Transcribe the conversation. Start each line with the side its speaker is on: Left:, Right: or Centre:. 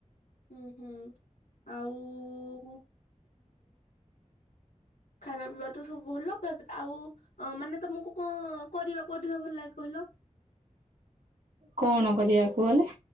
Left: ହୁଁ ହୁଁ ଆଉ ଉଁ ଖାଇବା ପିଇବା ତ ସବୁ ଭଲ ପଦ୍ ଆଉ ଅ ମାନେ ତମକୁ କଣ କରିବାକୁ ଅଧିକ ଭଲ ଲାଗେ କହିଲ?
Right: କଣ କରିବାକୁ ବଲେ।